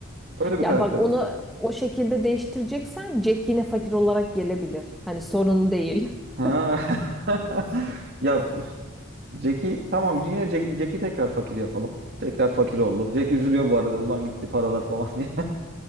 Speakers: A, on the right (about 50°); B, in the centre.
A: Öyle bir
B: Ya
A: karakter
B: bak
A: olsun.
B: onu o şekilde değiştireceksen Jack yine fakir olarak gelebilir. Hani sorun değil. <laughs>
A: Ha. <laughs> Ya Jack'i tamam yine Jack, Jack'i tekrar fakir yapalım. Tekrar fakir oldu. Jack üzülüyor bu arada. Ulan gitti paralar falan diye.